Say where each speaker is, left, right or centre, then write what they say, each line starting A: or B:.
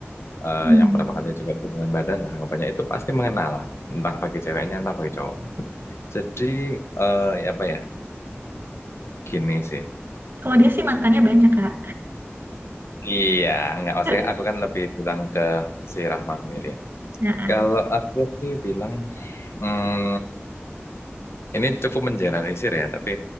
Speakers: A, on the left (about 75°); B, on the right (about 55°).
A: eh,
B: Hmm.
A: yang pertama kali juga hubungan badan lah anggapannya itu pasti mengenal lah entah bagi ceweknya entah bagi cowoknya. Jadi eh, ya apa ya gini sih.
B: Kalau dia sih mantannya banyak, Kak.
A: Iya nggak maksudnya
B: <laughs>
A: aku kan lebih bilang ke si Rahma sendiri.
B: Ya, ah,
A: Kalau aku sih bilang hmm, ini cukup mengeneralisir ya tapi